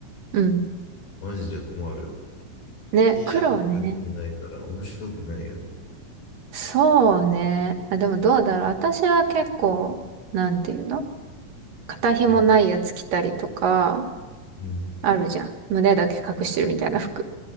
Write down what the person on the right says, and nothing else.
うん。
ね、
黒ね。
そうね。あ、でもどうだろう。私は結構、なんていうの肩紐ないやつ着たりとか、
あるじゃん。胸だけ隠してるみたいな服。